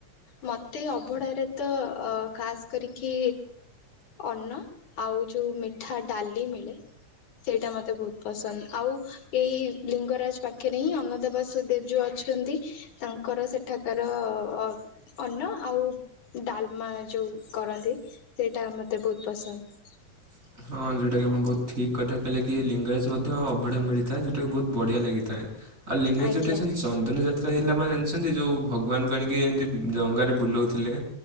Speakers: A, on the left (about 80°); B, on the right (about 25°).
A: ମତେ ଅବଢାରେ ତ ଖାସ୍ କରିକି ଅନ୍ନ ଆଉ ଆଉ ଯୋଉ ମିଠା ଡାଲି ମିଳେ ସେଇଟା ମତେ ବହୁତ ପସନ୍ଦ ଆଉ ଏଇ ଲିଙ୍ଗରାଜ ପାଖରେ ହିଁ ଅନନ୍ତ ବାସୁଦେବ ଯୋଉ ଅ ଅଛନ୍ତି ତାଙ୍କର ସେଠାକାର ଅ ଅନ୍ନ ଆଉ ଡାଲମା ଯୋଉ କରନ୍ତି ସେଇଟା ମତେ ବହୁତ ପସନ୍ଦ।
B: <inaudible> ହଁ ଯୋଉଟାକି ଆପଣ ବହୁତ ଠିକ୍ କଥା କହିଲେ କି ଲିଙ୍ଗରାଜ ମଧ୍ୟ ଅବଢା ମିଳିଥାଏ ଯୋଉଟାକି ବହୁତ ବଢ଼ିଆ ଲାଗିଥାଏ। ଆଉ ଲିଙ୍ଗରାଜ
A: ଆଜ୍ଞା
B: ଯୋଉଠି ଅଛନ୍ତି ଚନ୍ଦନ ଯାତ୍ରା ହେଇଥିଲା ଆପଣ ଜାଣିଛନ୍ତି ଯୋଉ ଭଗବାନ ଆଣିକି ଏମିତି ଡଙ୍ଗାରେ ବୁଲଉଥିଲେ।